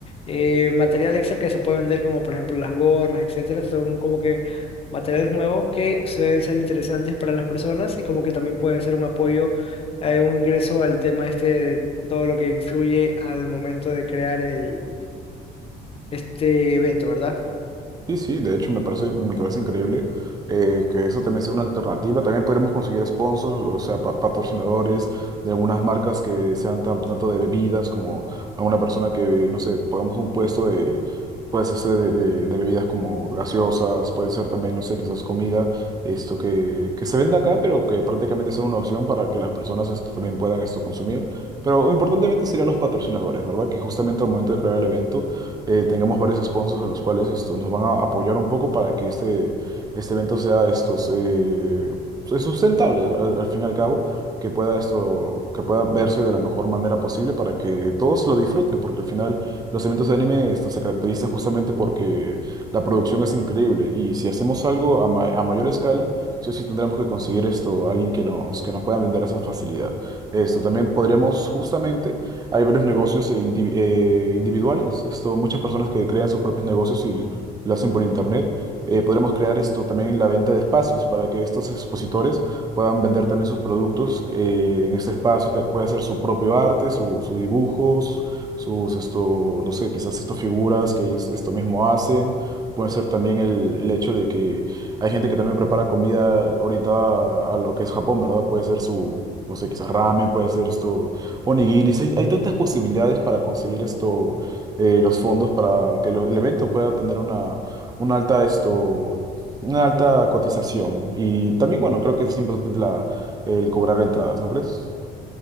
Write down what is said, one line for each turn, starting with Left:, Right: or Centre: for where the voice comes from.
Left: eh, material extra que se puede vender, como por ejemplo las gorras, etcétera, son como que materiales nuevos que suelen ser interesantes para las personas y como que también puede ser un apoyo, eh, un ingreso al tema este de todo lo que influye al momento de crear el, este evento, ¿verdad?
Right: Sí, sí, de hecho me parece, me parece increíble eh, que eso también sea una alternativa. También podríamos conseguir sponsors, o sea, pa- patrocinadores de algunas marcas que sean tan- tanto de bebidas como alguna persona que, no sé, pongamos un puesto de, puede ser de, de- de bebidas como gaseosas, puede ser también, no sé, quizás comida, esto que, que se venda acá, pero que prácticamente sea una opción para que las personas esto, también puedan esto consumir. Pero importantemente serían los patrocinadores, ¿verdad? Que justamente al momento de crear el evento eh, tengamos varios sponsors en los cuales esto, nos van a apoyar un poco para que este, este evento sea estos, eh, pues, sustentable al, al fin y al cabo, que pueda esto, que pueda verse de la mejor manera posible para que todos lo disfruten, porque al final los eventos de anime esto, se caracterizan justamente porque la producción es increíble y si hacemos algo a, ma- a mayor escala, sí o sí tendremos que conseguir esto, alguien que nos, que nos pueda vender esa facilidad. Esto también podríamos justamente hay varios negocios eh, indivi- eh, individuales, esto, muchas personas que crean sus propios negocios y lo hacen por internet. Eh, podremos crear esto también la venta de espacios para que estos expositores puedan vender también sus productos eh, en este espacio. te- Puede hacer su propio arte, su, su dibujos, sus esto, no sé, quizás estas figuras que ellos esto mismo hacen. Puede ser también el, el hecho de que hay gente que también prepara comida orientada a, a lo que es Japón, ¿verdad? Puede ser su, no sé, quizás ramen, puede ser esto Onigiris, hay, hay tantas posibilidades para conseguir esto, eh, los fondos para que lo- el evento pueda tener una, una alta esto, una alta cotización. Y también, bueno, creo que es importante la, el cobrar entradas, ¿no crees?